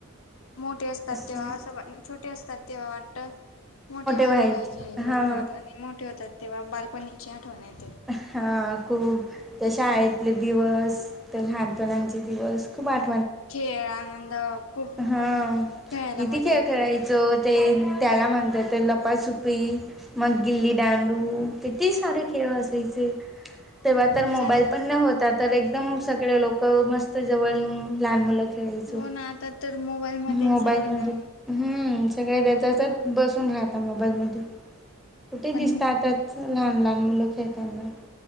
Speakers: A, on the left (about 70°); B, in the centre.
A: मोठे असतात
B: असं
A: तेवा स वाछोटे असतात तेवा वाट मोठे वाल
B: व्हायचे
A: पाहिजे
B: हा
A: लवकर आणि मोठे होतात तेव्हा बालपणची आठवण्याचे
B: हा खूप ज शाळेतले दिवस तर लहानपणाचे दिवस खूप आट
A: <inaudible> खेळ आनंद खूप
B: हा
A: खेळायला
B: किती
A: मजा
B: खेळ
A: येते
B: खेळायचो ते त्याला म्हणतात तर लपाासुपी मग गिल्ली डांडू किती सारे खेळ असायचे <inaudible> तेव्हा
A: खूप
B: तर
A: सारे
B: मोबाईल पण न होता तर एकदम सगळे लोक मस्त जवळ येऊन लहान मुलं खेळायचो
A: हो ना आता तर मोबाईलमध्येच
B: <inaudible> मोबाईल
A: सर्वजण
B: मध्ये हम्म सगळे जस बसून राहता मोबाईलमध्ये <inaudible> कुठे
A: पण
B: दिसत आता असं लहान लहान मुलं खेताना <inaudible>